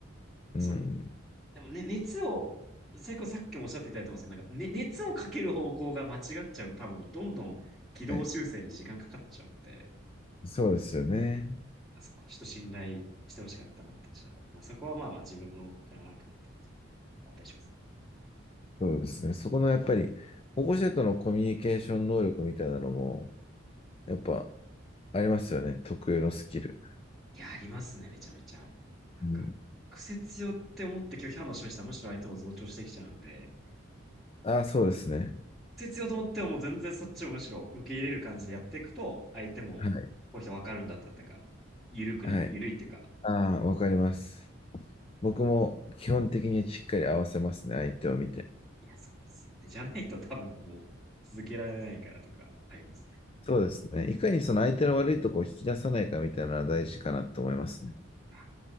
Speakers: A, on the left (about 30°); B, in the centre.
A: うん。
B: その、でもね、熱を、最後さっきもおっしゃっていただいてますけど、なんか、ね、熱をかける方向が間違っちゃうと多分、どんどん軌道修正に時間かかっちゃうんで、
A: はいそうですよね。
B: そこはちょっと信頼してほしかったなって私は。まあそこはまあまあ自分のあれもあるかなと思うんですけど、あったりしますね。
A: そうですね。そこのやっぱり、保護者とのコミュニケーション能力みたいなのも、やっぱありますよね。特有のスキル。
B: いや、ありますね、めちゃめちゃ。なんか、
A: うん。
B: 癖強って思って拒否反応示したらむしろ相手も増長してきちゃうんで、
A: ああ、そうですね。
B: 癖強と思ってはもう全然そっちをむしろ受け入れる感じでやっていくと、相手もこういう人わかるんだったんだか、
A: はい。
B: 緩くな、
A: はい。
B: 緩いっていうか、
A: ああ、わかります。僕も基本的にしっかり合わせますね、相手を見て。
B: いや、そうですよね。じゃないと多分もう続けられないからとかありますね。
A: そうですね。いかにその相手の悪いとこを引き出さないかみたいなのは大事かなと思いますね。
B: あい